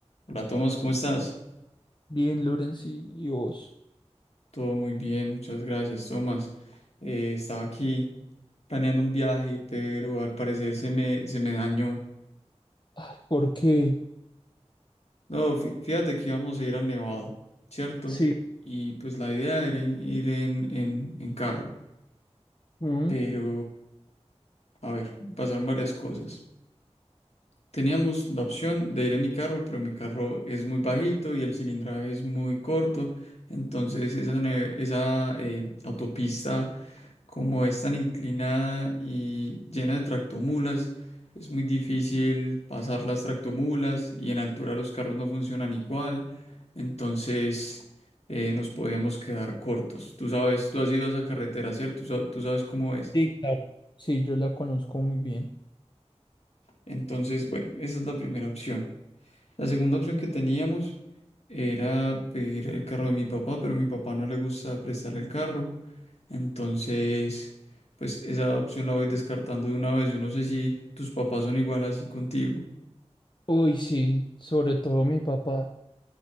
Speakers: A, on the left; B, on the left.
A: Hola Tomás, ¿cómo estás?
B: Bien, Lorenz y, y vos.
A: Todo muy bien, muchas gracias Tomás. Eh, estaba aquí planeando un viaje, pero al parecer se me, se me dañó.
B: Ay, ¿por qué?
A: No, fí- fíjate que íbamos a ir al Nevado, ¿cierto?
B: Sí,
A: Y pues la idea era en- ir en, en, en carro,
B: ¿Mm?
A: pero a ver, pasaron varias cosas. Teníamos la opción de ir en mi carro, pero mi carro es muy bajito y el cilindraje es muy corto, entonces esa, ne- esa eh, autopista como es tan inclinada y llena de tractomulas, es muy difícil pasar las tractomulas y en altura los carros no funcionan igual, entonces eh, nos podíamos quedar cortos. Tú sabes, tú has ido a esa carretera, ¿cierto? Tú, sa- tú sabes cómo es.
B: sí, claro. Sí, yo la conozco muy bien.
A: Entonces, bueno, esa es la primera opción. La segunda opción que teníamos era pedir el carro de mi papá, pero a mi papá no le gusta prestar el carro. Entonces, pues esa opción la voy descartando de una vez. Yo no sé si tus papás son igual así contigo.
B: Uy, sí, sobre todo mi papá.